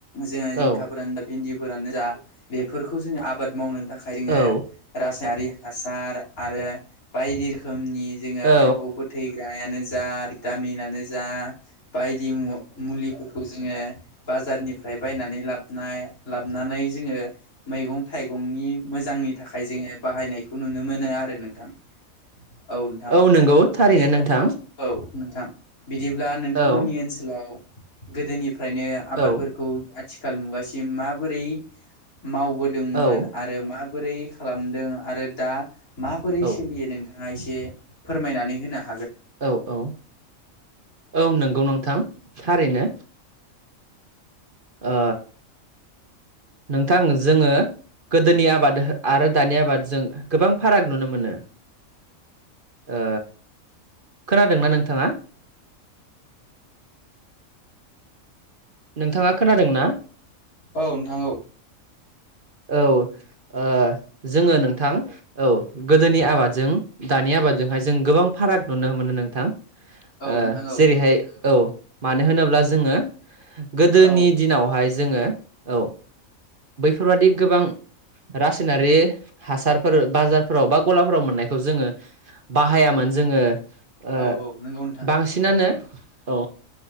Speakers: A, on the left (about 80°); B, on the right (about 45°).
A: जोङो जिंखाफोरानो
B: औ
A: दा भिन्दि फोरानो जा बेफोरखौ जोङो आबाद मावनो थाखाय जोङो
B: औ
A: रासायारि हासार आरो बायदि रोखोमनि जोङो
B: औ
A: एम्फौ फोथैग्रायानो
B: जोंनि
A: जा भिटामिनानो जा बायदि मु-मुलिफोरखौ जोङो बाजारनिफ्राय बायनानै लाबोनाय लाबनानै जोङो मैगं थाइगंनि मोजांनि थाखाय जोङो बाहायनाय खौ नुनो मोनो आरो नोंथां। औ नोंथां
B: औ नंगौ थारैनो
A: बिदिब्ला
B: नोंथां
A: औ नोंथां बिदिब्ला नोंथांमोन
B: औ
A: नि ओनसोलाव गोदोनिफ्रायनो
B: औ
A: आबादफोरखौ आथिखाल मुगासिम माबोरै मावबोदोंमोन
B: औ
A: आरो माबोरै खालामदों आरो दा माबोरै
B: औ
A: सोलियो नों थाङा एसे फोरमायनानै होनो हा
B: औ औ औ नंगौ नोंथां थारैनो। ओ नोंथां जोङो गोदोनि आबाद आरो दानि आबादजों गोबां फाराग नुनो मोनो। ओ खोनादोंना नोंथाङा? नोंथाङा खोनादों ना?
A: औ नोंथां औ।
B: औ ओ जोङो नोंथां औ गोदोनि आबादजों दानि आबादजोंहाय जों गोबां फाराग नुनो मोनो नोंथां ओ
A: नोंथां औ
B: जेरैहाय औ मानो होनोब्ला जोङो गोदोनि
A: औ
B: दिनावहाय जोङो औ बेफोरबादि गोबां रासायनारि हासारफोर बाजारफोराव बा गलाफोराव मोननायखौ जोङो बाहायामोन। जोङो ओ
A: औ औ नंगौ नोंथां
B: बांसिनानो औ